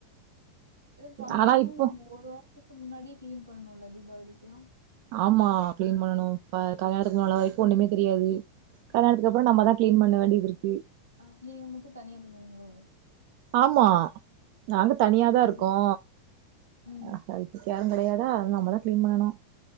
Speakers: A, on the right; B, on the right.
A: எதோ ஃபங்க்ஷனா
B: ஆனா இப்போ
A: நீங்க ஒரு வாரத்துக்கு முன்னாடியே கிளீன் பண்ணுல தீபாவளிக்குல்லா
B: ஆமா கிளீன் பண்ணனும் இப்ப கல்யாண தனி ஆளா வரைக்கும் ஒன்னுமே தெரியாது கல்யாணத்துக்கு அப்புறம் நம்ம தா க்ளீன் பண்ண வேண்டிது இருக்கு
A: அ நீங்க மட்டும் தனியா பண்ணுவீங்ளோ
B: ஆமா நாங்க தனியாதா
A: ம்
B: இருக்கோ
A: ம்
B: ஆ அ இப்ப யாரும் கெடயாதா நம்ப தா கிளீன் பண்ணனு